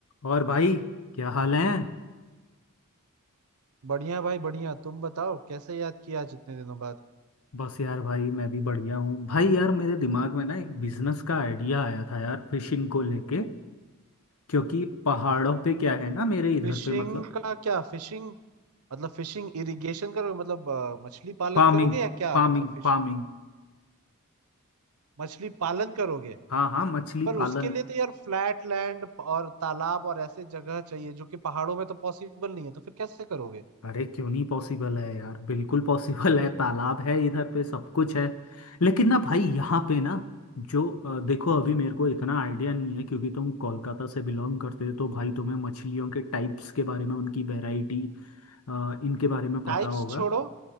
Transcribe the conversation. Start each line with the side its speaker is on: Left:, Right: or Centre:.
Left: और भाई क्या हाल है
Right: बढ़िया भाई बढ़िया तुम बताओ कैसे याद किया आज इतने दिनों बाद
Left: बस यार भाई मैं भी बढ़िया हूँ भाई यार मेरे दिमाग में ना एक बिजनेस का आइडिया आया था यार फिशिंग को लेके क्योंकि पहाड़ों पे क्या है ना मेरे इधर
Right: फिशिंग
Left: पे मतलब
Right: का क्या फिशिंग मतलब फिशिंग इरिगेशन करोगे मतलब अ, मछली पालन
Left: फार्मिंग
Right: करोगे या क्या
Left: Farming
Right: मतलब फिश
Left: farming
Right: मछली पालन करोगे
Left: हाँ हाँ मछली
Right: पर उसके
Left: पालन
Right: लिए तो यार फ्लैट लैंड और तालाब और ऐसे जगह चाहिए जो कि पहाड़ों में तो पॉसिबल नहीं है तो फिर कैसे करोगे
Left: अरे क्यों नहीं पॉसिबल है यार बिल्कुल पॉसिबल है तालाब है इधर पे सब कुछ है लेकिन ना भाई यहाँ पे ना जो अ, देखो अभी मेरे को इतना आइडिया नहीं है क्योंकि तुम कोलकाता से बिलोंग करते हो तो भाई तुम्हें मछलियों के टाइप्स के बारे में उनकी वैरायटी हाँ इनके बारे में पता
Right: टाइप्स
Left: होगा
Right: छोड़ो